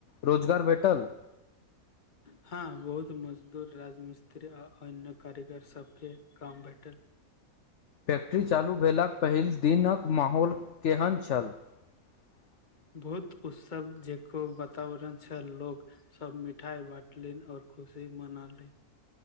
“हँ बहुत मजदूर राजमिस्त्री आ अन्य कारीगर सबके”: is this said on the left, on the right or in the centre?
Left